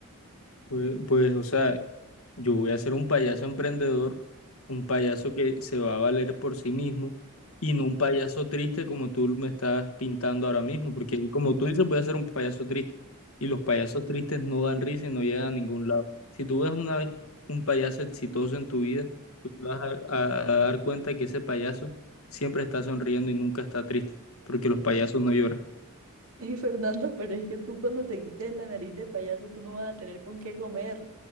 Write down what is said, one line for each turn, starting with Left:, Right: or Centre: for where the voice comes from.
Left: pues, pues, o sea, Yo voy a ser un payaso emprendedor, un payaso que se va a valer por sí mismo y no un payaso triste como tú me estás pintando ahora mismo, porque como tú dices, voy a ser un payaso triste y los payasos tristes no dan risa y no llegan a ningún lado. Si tú ves una vez un payaso exitoso en tu vida, tú te vas a, a- a dar cuenta que ese payaso siempre está sonriendo y nunca está triste, porque los payasos no lloran.
Right: Sí, Fernando, pero es que tú cuando te quites la nariz de payaso, tú no vas a tener con qué comer